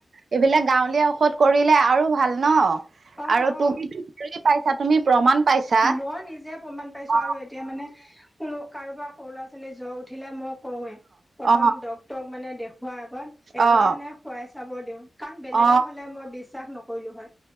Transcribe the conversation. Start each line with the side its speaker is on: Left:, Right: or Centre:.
Right: এইবিলাক গাঁৱলীয়া ঔষধ কৰিলে আৰু ভাল ন
Centre: অ
Right: আৰু তুমি
Centre: অ
Right: <unintelligible> পাইছা তুমি প্ৰমাণ পাইছা
Centre: মই নিজে প্ৰমাণ পাইছো
Right: অ
Centre: আৰু তেতিয়া মানে কোনো কাৰোবাৰ সৰু ল'ৰা ছোৱালী জ্বৰ উঠিলে মোক কৰোৱে প্ৰথম
Right: অ অ
Centre: ডক্তৰক মানে দেখুৱাৰ আগত এবাৰ
Right: অ
Centre: মানে খোৱাই চাব দিওঁ কাৰণ বেলেগৰ
Right: অ
Centre: হলে মই বিশ্বাস নকৰিলো হয়